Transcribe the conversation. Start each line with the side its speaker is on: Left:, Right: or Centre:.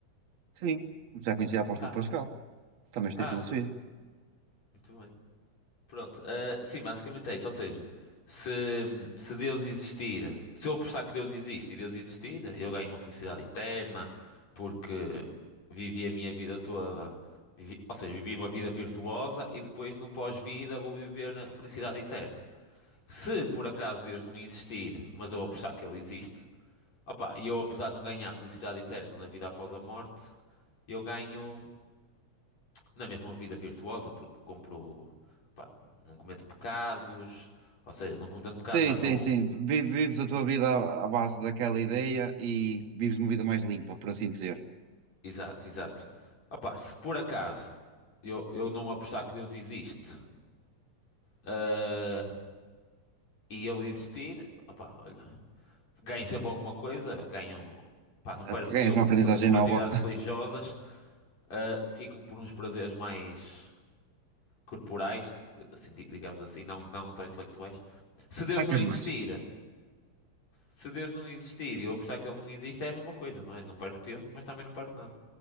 Right: Sim, já conheci a aposta
Left: Ah,
Right: de Pascal. Também estudei
Left: ah,
Right: filosofia.
Left: muito bem. Pronto, ah, sim, basicamente é isso. Ou seja, se, se Deus existir, se eu apostar que Deus existe e Deus existir, eu ganho uma felicidade eterna porque vivi a minha vida toda, vivi- ou seja, vivi uma vida virtuosa e depois no pós-vida vou viver a felicidade eterna. Se por acaso Deus não existir, mas eu apostar que ele existe. Opa, e eu apesar de não ganhar felicidade eterna na vida após a morte, eu ganho na mesma vida virtuosa, porque compro, pá, não cometo pecados, ou seja, não cometendo pecados
Right: Sim,
Left: já estou.
Right: sim, sim. Vi- Vives a tua vida à à base daquela ideia e vives uma vida mais limpa, por assim dizer.
Left: Exato, exato. Opa, se por acaso eu, eu não apostar que Deus existe, ah, e ele existir, opa, olha, ganho sempre alguma coisa, ganho, pá, não
Right: Ah,
Left: perco
Right: Ganhas
Left: tempo
Right: uma aprendizagem
Left: com
Right: nova.
Left: atividades religiosas, ah, fico por uns prazeres mais. corporais, assim, di- digamos assim, não, não tão intelectuais. Se Deus
Right: Para
Left: não
Right: que
Left: existir,
Right: és mais?
Left: se Deus não existir e eu apostar que ele não existe, é a mesma coisa, não é? Não perco tempo, mas também não perco nada.